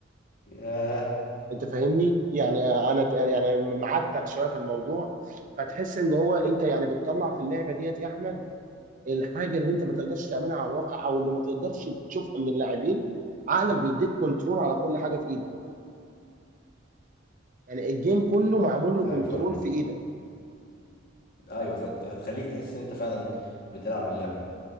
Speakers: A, on the left (about 50°); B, on the right (about 40°).
A: ياه
B: انت فاهمني يعني انا ت- يعني معتق شويه في الموضوع فتحس ان هو انت يعني بتطلع في اللعبه ديت يا احمد الحاجه اللي انت ما تقدرش تعملها على الواقع او اللي ما تقدرش تشوفها من اللاعبين عقلك بيديك كنترول على كل حاجه في ايدك يعني الجيم كله معمول له
A: ايوه
B: كنترول
A: فاهم
B: في ايدك
A: ايوه فت- فتخليك تحس ان انت فعلا بتلعب اللعبه